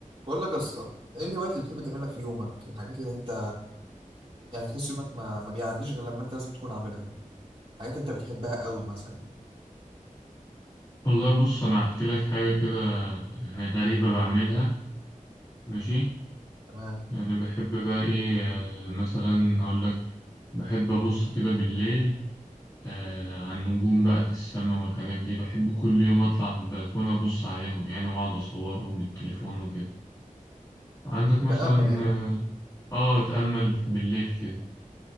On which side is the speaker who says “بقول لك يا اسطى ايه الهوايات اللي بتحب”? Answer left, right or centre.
Right